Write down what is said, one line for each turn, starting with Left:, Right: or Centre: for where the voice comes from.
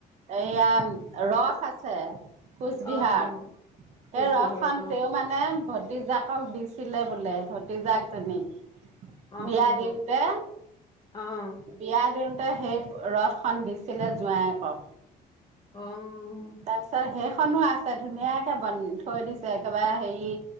Right: এয়া ৰস আছে। কোচবিহাৰত
Left: অ, অ।
Right: সেই
Left: কোচবিহাৰত
Right: ৰাস খন, তেওঁ মানে ভতিজাকক দি ছিলে বোলে, ভতিজাকজনী।
Left: অ',
Right: বিয়া দিনতে,
Left: অ',
Right: বিয়া দিন তে সেই, ৰসখন দিছিলে জোঁৱাইেকক।
Left: অ', অ',
Right: তাৰপিছত হে সেইখনো আছে ধুনীয়াকে বন থৈ দিছে, একেবাৰে হেৰি